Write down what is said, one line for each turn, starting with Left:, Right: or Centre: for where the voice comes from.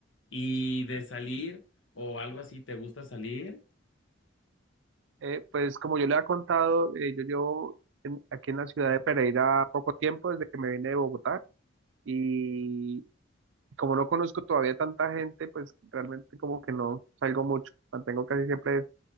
Left: ¿Y de salir o algo así, te gusta salir?
Right: Eh, pues como yo le había contado, eh, yo llevo en- aquí en la ciudad de Pereira poco tiempo desde que me vine de Bogotá y como no conozco todavía tanta gente, pues realmente como que no salgo mucho, mantengo casi siempre